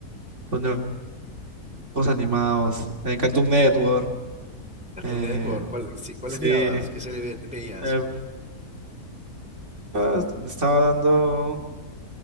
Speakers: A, on the right (about 50°); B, in the centre.
A: poner juegos animados, eh, Cartoon Network,
B: Cartoon
A: eh,
B: Network, ¿cuál, sí, cuáles
A: sí.
B: mirabas? ¿Qué serie ve- veías?
A: eh, ah, estaba dando,